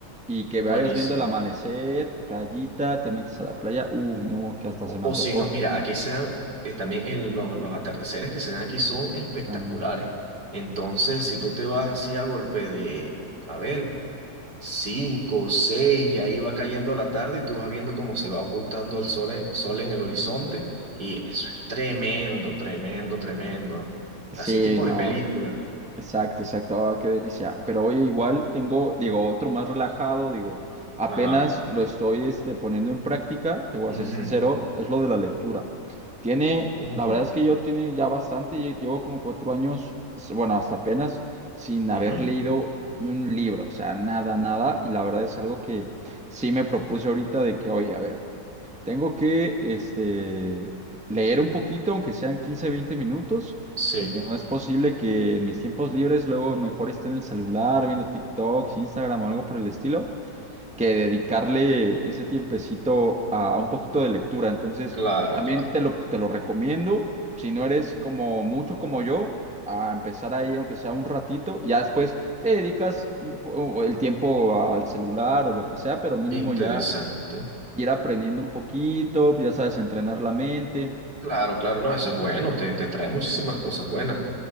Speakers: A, in the centre; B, on the right.
A: y que
B: buenísimo.
A: vayas viendo el amanecer, playita, te metes a la playa, uh, no, que hasta
B: O,
A: se me
B: o
A: antojó
B: si no, mira, aquí se dan, eh, también el- los, los atardeceres que se dan aquí son espectaculares.
A: también.
B: Entonces, si tú te vas así a golpe de, a ver, cinco, seis, y ahí va cayendo la tarde y tú vas viendo cómo se va ocultando el sol en, sol en el horizonte y eso es tremendo, tremendo, tremendo.
A: Sí,
B: Así tipo
A: no,
B: de Wow. película.
A: Exacto, exacto. Ah, qué delicia. Pero oye, igual tengo, digo, otro más relajado, digo, apenas
B: Ajá.
A: lo estoy este, poniendo en práctica, te voy a
B: Ujú,
A: ser sincero, es lo de la lectura. Tiene,
B: ujú,
A: la verdad es que yo tiene ya bastante, lle- llevo como cuatro años, s- bueno, hasta apenas, sin
B: ujú.
A: haber leído un libro, o sea, nada, nada. Y la verdad es algo que sí me propuse ahorita de que, oye, a ver. Tengo que este, leer un poquito, aunque sean 15 20 minutos,
B: Sí,
A: porque no es posible que en mis tiempos libres luego mejor esté en el celular viendo TikToks, Instagram o algo por el estilo, que dedicarle ese tiempecito a un poquito de lectura. Entonces,
B: claro,
A: también
B: claro.
A: te lo, te lo recomiendo, si no eres como mucho como yo, a empezar ahí, aunque sea un ratito, ya después le dedicas un po- el tiempo al celular o lo que sea, pero mínimo
B: Interesante.
A: ya ir aprendiendo un poquito, ya sabes, entrenar la mente.
B: Claro, claro, no, eso es bueno, te, te trae muchísimas cosas buenas.